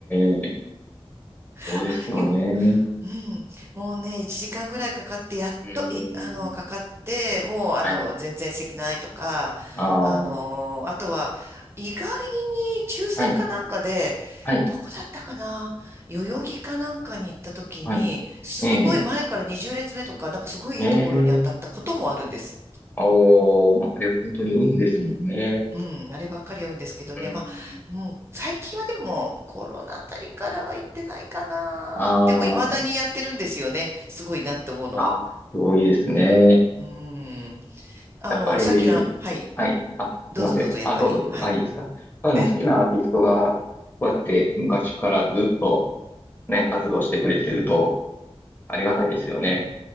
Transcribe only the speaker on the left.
え、そうですよね。
うーん、
はい。
ああ、
は
い、はい、
はい。
ええ、
ええ、おー、まあ、あれ本当に運ですもんね。
うん。
あー
あー、すごいですね。
やっぱり、
はい。あ、すいません。
あ、どうぞどうぞ。
あ、いいですか。やっぱりもう好きなアーティストが、
こうやって昔からずっとね、活動してくれてると、ありがたいですよね。